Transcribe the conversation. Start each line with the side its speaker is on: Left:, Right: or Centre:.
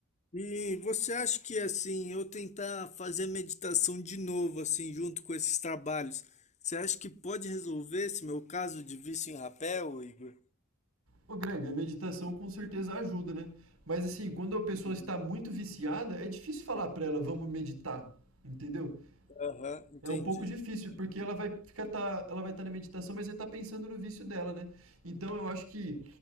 Left: e você acha que, assim, eu tentar fazer meditação de novo, assim, junto com esses trabalhos, você acha que pode resolver esse meu caso de vício em rapel, Igor?
Right: Ô Greg, a meditação com certeza ajuda, né? Mas assim, quando a pessoa
Left: Uhum.
Right: está muito viciada, é difícil falar para ela, vamos meditar, entendeu?
Left: Aham, entendi.
Right: É um pouco difícil, porque ela vai ficar tá, ela vai estar na meditação, mas vai estar pensando no vício dela, né? Então eu acho que